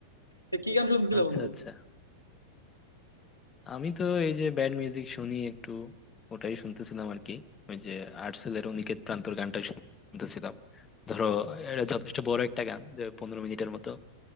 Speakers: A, on the left (about 80°); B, on the left (about 20°).
A: তা কি গান শুনতেছিলে
B: আচ্ছা
A: বন্ধু
B: আচ্ছা আমি তো এই যে ব্যান্ড মিউজিক শুনি একটু ওটাই শুনতেছিলাম আর কি ওই যে আর্টসেলের অনিকেত প্রান্তর গানটা শুনতেছিলাম ধরো এটা যথেষ্ট বড় একটা গান যে পনেরো মিনিটের মতো